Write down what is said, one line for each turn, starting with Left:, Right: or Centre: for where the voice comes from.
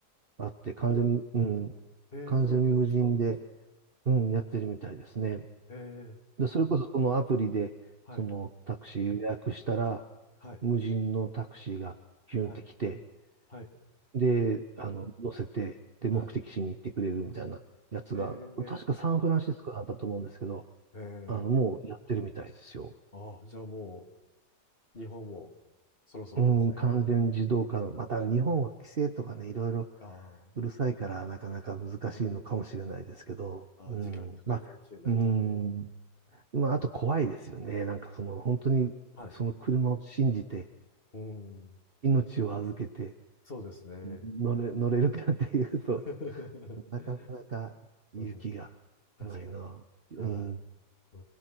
Right: あって、完全、
Left: も
Right: うん、
Left: う、えー、
Right: 完全無人で、
Left: もういるんですか
Right: うん、やってるみたいですね。
Left: えー、
Right: で、それこそそのアプリで、
Left: はい、
Right: そのタクシー予約したら、
Left: はい、
Right: 無人のタクシーがピュンって来て、
Left: はい、はい、
Right: で、あの、乗せて、で、
Left: はい。
Right: 目的地に行ってくれるみたいなやつが、
Left: えー、
Right: 確かサンフランシスコだったと思うんですけど、
Left: えー、
Right: あの、もうやってるみたいですよ。
Left: ああ、じゃあもう、日本もそろそろですね。
Right: うん、完全自動化の、また日本は規制とかね、いろいろ
Left: ああ、
Right: うるさいから、なかなか難しいのかもしれないですけど、
Left: うん、ああ、
Right: うん、
Left: 時間かかるかもしれないですね。
Right: まあ、うん、まあ、
Left: うん
Right: あと怖いですよね。なんかその、本当に、
Left: はい。
Right: その車を信じて、
Left: うん、
Right: 命を預けて
Left: そうですね。
Right: 乗れ、乗れるかっていうと
Left: <laughs>
Right: <laughs>、なかなか勇気がないな。
Left: うん。確かに。
Right: うん。
Left: はい。う